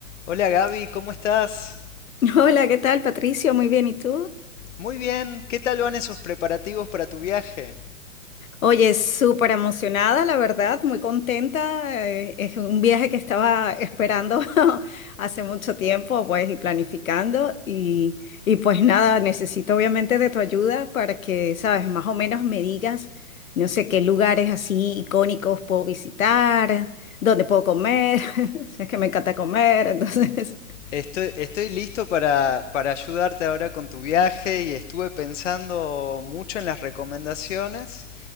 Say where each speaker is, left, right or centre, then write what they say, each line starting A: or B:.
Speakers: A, on the left; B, on the left.
A: Hola Gaby, ¿cómo estás?
B: <laughs> Hola, ¿qué tal, Patricio? Muy bien, ¿y tú?
A: Muy bien, ¿qué tal van esos preparativos para tu viaje?
B: Oye, súper emocionada, la verdad, muy contenta. eh, es un viaje que estaba esperando <laughs> hace mucho tiempo, pues, y planificando. Y, y pues nada, necesito obviamente de tu ayuda para que, sabes, más o menos me digas, no sé, qué lugares así icónicos puedo visitar, dónde puedo comer. <laughs> Sabes que me encanta comer, entonces. <laughs>
A: Estoy, estoy listo para, para ayudarte ahora con tu viaje y estuve pensando mucho en las recomendaciones.